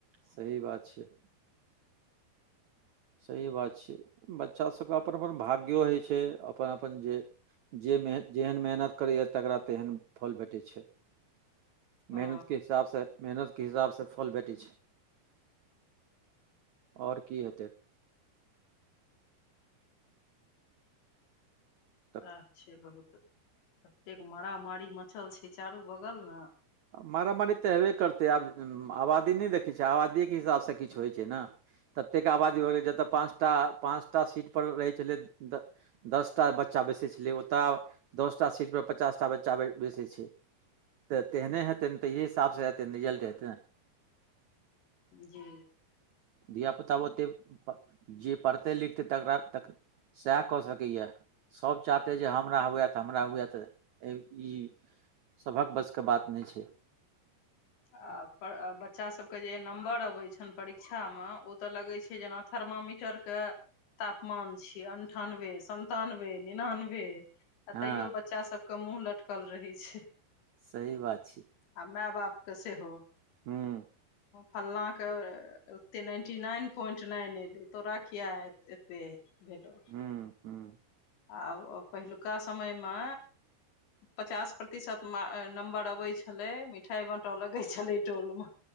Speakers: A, on the right; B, on the left.
A: सही बात छै। सही बात छैय बच्चा सबके अपन -अपन भाग्यो होइ छै अपन -अपन जे जे मेन जेहन मेहनत करैए तकरा तेहन फल भेटैत छै।
B: हँ
A: मेहनत के हिसाबसँ मेहनत। के हिसाबसँ फल भेटै छै आओर की हेतै। तऽ
B: वएह छै बहुत एतेक मारामारी मचल छै चारू बगल न
A: मरा मरी तेए करतै आब आबादी नहि देखै छियै आबादियएके हिसाबसँ किछु होइत छै ने ततेक आबादी
B: हँ
A: भऽ गेलै जतय पाँच टा पाँच टा सीटपर रहै छलै। दसटा बच्चा बैसै छलै ओतय दस टा सीट परर पचास टा बच्चा बैसै छै। तऽ तेहने हेतैन ते ऐ हिसाब से हेतैन रिजल्ट हेतैन ने
B: जी।
A: धियापुता ओतेक जे पढ़तै लिखतै तकरा तक सैह कऽ सकैये। सभ चाहतै जे हमरा हुए त हमरा हुए त एहि ई सभक वस के बात नहि छै।
B: आ बच्चासभके जे नम्बर अबैत छनि परीक्षामे ओ तऽ लगैत छै जेना थर्मामीटर के तापमान छियै अन्ठानबे सन्तानबे निनानबे आ
A: हँ
B: तैयो बच्चा सबके मुँह लटकल रहै छै।
A: सही बात छै।
B: आ मार बाप के सेहो
A: हूं।
B: फल्लाँके ओते नाइन्टी नाइन पोइंट नाइन एयलै तोरा किया एतबे हेलो
A: हूँ हूँ
B: अ ओ पेहलुका समय मे पचास प्रतिशत नम्बर अबै छलैय, मिठाई बाँटऽ लगै छलैये टोल मे